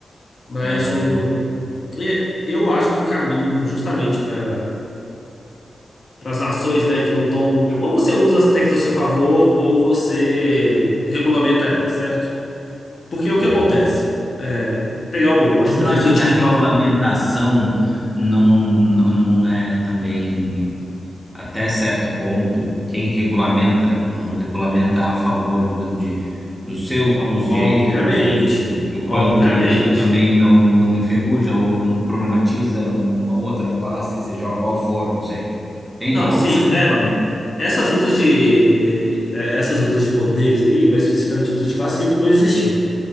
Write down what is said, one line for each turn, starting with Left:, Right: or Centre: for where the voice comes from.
Left: Mas
Centre: É,
Left: o, e- eu acho que o caminho, justamente para as nações, né, que não estão. Ou você usa as técnicas ao seu favor, ou você regulamenta elas, certo? Porque o que
Centre: hum.
Left: acontece? É, pegar o, acho
Centre: Mas
Left: que
Centre: você
Left: o
Centre: não
Left: exemplo
Centre: acha
Left: do
Centre: que
Left: TikTok.
Centre: a regulamentação não, não não é também, até certo ponto, quem regulamenta não regulamenta a favor do, de, dos seus
Left: Ó, obviamente.
Centre: direitos, dos seus usos, do quanto
Left: Obviamente.
Centre: isso também não, não enferruja ou não problematiza uma outra classe, seja ela qual for, não sei. Entende?
Left: Não,
Centre: Como
Left: sim,
Centre: que você vai
Left: é.
Centre: regulamentar?
Left: Essas lutas de, eh, eh, essas lutas de poderes aí, mais especificamente lutas de classe, sempre vão existir.